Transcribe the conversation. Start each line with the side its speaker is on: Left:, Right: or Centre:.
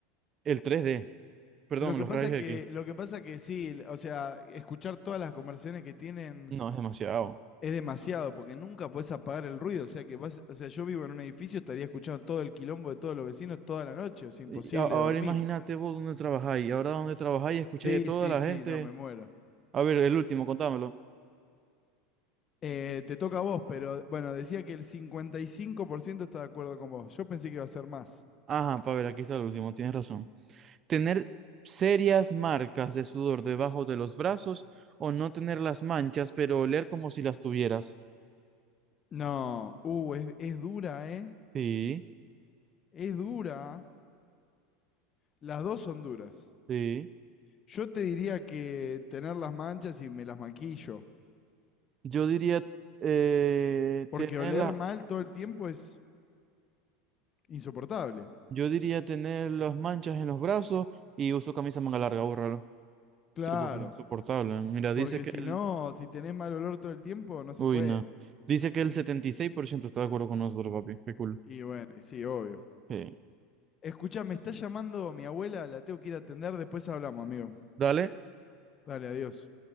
Right: El tres d perdón,
Left: Lo que
Right: los
Left: pasa
Right: rayos
Left: que,
Right: X.
Left: lo que pasa que sí, o sea, escuchar todas las conversaciones que tienen
Right: No, es demasiado.
Left: es demasiado, porque nunca podés apagar el ruido. O sea que vas, o sea, yo vivo en un edificio, estaría escuchando todo el quilombo de todos los vecinos toda la noche, o sea, imposible
Right: Y a- ahora
Left: dormir.
Right: imagínate vos dónde trabajáis. Ahora dónde trabajáis, escucháis
Left: Sí,
Right: a toda
Left: sí,
Right: la
Left: sí,
Right: gente.
Left: no, me muero.
Right: A ver, el último, contámelo.
Left: Eh, te toca a vos, pero bueno, decía que el 55% está de acuerdo con vos. Yo pensé que iba a ser más.
Right: Ajá, para ver, aquí está el último, tienes razón. Tener serias marcas de sudor debajo de los brazos o no tener las manchas, pero oler como si las tuvieras.
Left: No, uh, es, es dura, ¿eh?
Right: Sí,
Left: Es dura. Las dos son duras.
Right: sí.
Left: Yo te diría que tener las manchas y me las maquillo.
Right: Yo diría eh,
Left: Porque
Right: tener
Left: oler
Right: la-
Left: mal todo el tiempo es insoportable.
Right: yo diría tener las manchas en los brazos y uso camisa manga larga, bórralo.
Left: Claro.
Right: Sí, porque es insoportable. Mira,
Left: Porque
Right: dice que
Left: si
Right: el
Left: no, si tenés mal olor todo el tiempo, no se
Right: Uy,
Left: puede.
Right: no. Dice que el 76% está de acuerdo con nosotros, papi. Qué cool.
Left: Y bueno, y sí, obvio.
Right: Eh,
Left: Escucha, me está llamando mi abuela, la tengo que ir a atender, después hablamos, amigo.
Right: dale.
Left: Dale, adiós.